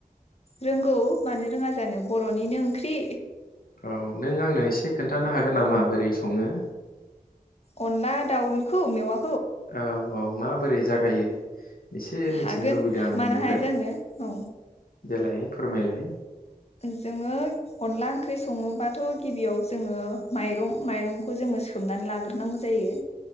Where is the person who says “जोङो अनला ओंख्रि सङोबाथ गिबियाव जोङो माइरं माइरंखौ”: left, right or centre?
Left